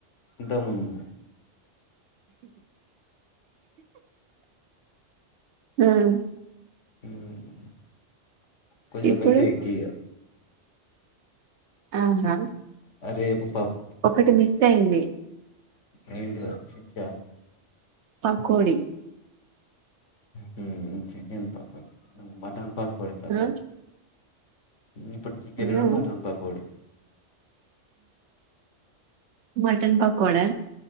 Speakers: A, on the left; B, on the right.
A: ఇంతకు ముందు
B: <unintelligible>
A: హ్మ్ కొంచెపు
B: ఇప్పుడు
A: ఎగ్ ఇగ
B: ఆహా
A: అరేపు పప్
B: ఒకటి మిస్ సైంది
A: వీడియో ఫిఫ
B: పక్కోడి
A: హ్మ్ హు చికెన్ పకోడ మటన్ పకో పడి తర్వాత
B: ఆ
A: ఇప్పుడు చికెన్
B: ఆ
A: మటన్ పకోడీ
B: మటన్ పకోడా